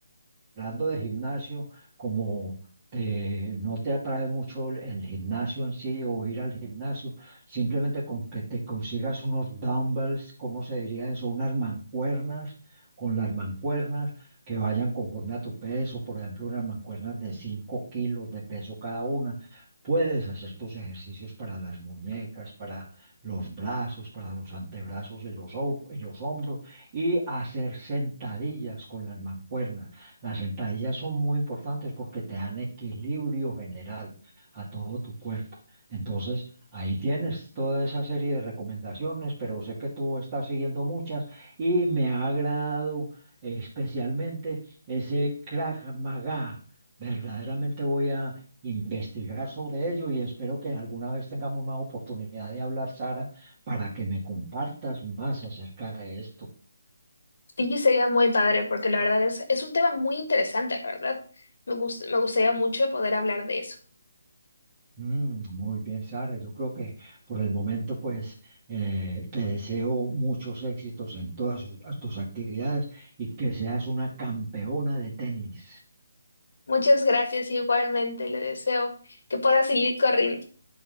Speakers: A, on the right; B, on the left.
A: hablando de gimnasio, como te- no te atrae mucho el, el gimnasio en sí o ir al gimnasio, simplemente con que te consigas unos dumbbells, ¿cómo se diría eso? Unas mancuernas, con las mancuernas que vayan conforme a tu peso, por ejemplo, unas mancuernas de 5 kilos de peso cada una. Puedes hacer tus ejercicios para las muñecas, para los brazos, para los antebrazos y los, hom- y los hombros, y hacer sentadillas con las mancuernas. Las sentadillas son muy importantes porque te dan equilibrio general a todo tu cuerpo. Entonces, ahí tienes toda esa serie de recomendaciones, pero sé que tú estás siguiendo muchas y me ha agradado especialmente ese Krav Maga. Verdaderamente voy a investigar sobre ello y espero que alguna vez tengamos más oportunidad de hablar, Sara, para que me compartas más acerca de esto.
B: Sí, sería muy padre, porque la verdad es, es un tema muy interesante, la verdad. Me gust- me gustaría mucho poder hablar de eso.
A: Mm, muy bien, Sara. Yo creo que por el momento, pues, eh, te deseo muchos éxitos en todas sus- tus actividades y que seas una campeona de tenis.
B: Muchas gracias, igualmente le deseo que pueda seguir corriendo